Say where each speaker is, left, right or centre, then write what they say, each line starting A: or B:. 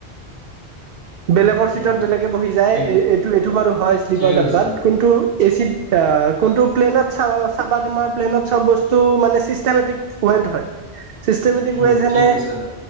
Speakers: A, on the right; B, on the right.
A: <unintelligible>
B: বেলেগৰ
A: উম
B: চিটত বেলেগে বহি যায়,
A: ঠিক আছে
B: এইটো এইটো বাৰু হয় শ্লিপাৰ
A: ঠিকে
B: ডাব্বাত।
A: কৈছা
B: কোনটো? এচিত আ কোনটো প্লেনত চাবা চাবা তোমাৰ প্লেনত চব বস্তু মানে চিষ্টেমেটিক ৱেট হয়। চিষ্টেমেটিক
A: উম
B: ৱেজ যেনে
A: ঠিক কৈছা